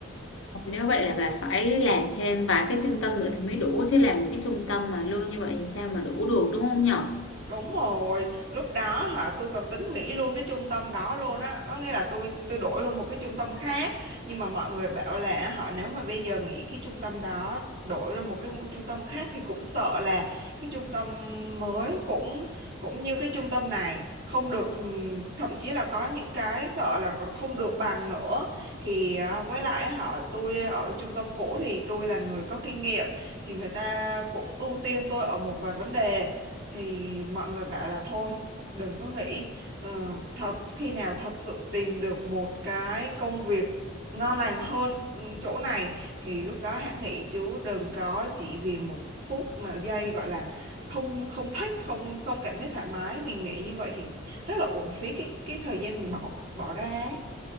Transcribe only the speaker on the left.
nếu vậy là bà phải làm thêm vài cái trung tâm nữa thì mới đủ chứ làm một cái trung tâm mà lương như vậy thì sao mà đủ được đúng không nhở